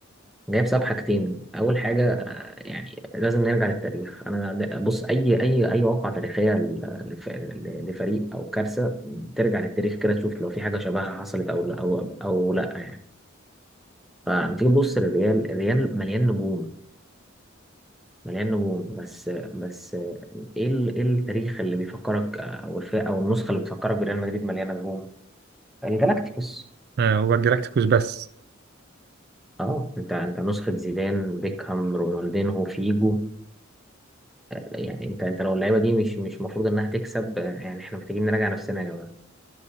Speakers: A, in the centre; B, on the right.
A: جاي بسبب حاجتين اول حاجة آه، يعني لازم نرجع للتاريخ انا د- بص اي اي اي واقعة تاريخية ل- لف- ل- لفريق او كارثة ترجع للتاريخ كده تشوف لو في حاجة شبهها حصلت او لا او او لا يعني فلما تيجي تبص للريال الريال مليان نجوم مليان نجوم بس بس ايه ال- ايه التاريخ اللي بيفكرك آه، او الفئه او النسخه اللي بتفكرك بريال مدريد مليانه نجوم الجالاكتيكوس
B: آه، هو الجلاكتيكوس بس
A: اه انت انت نسخه زيدان بيكهام رونالدينهو فيجو يعني انت انت لو اللعيبه دي مش مش المفروض انها تكسب آه، يعني احنا محتاجين نراجع نفسنا يا جماعه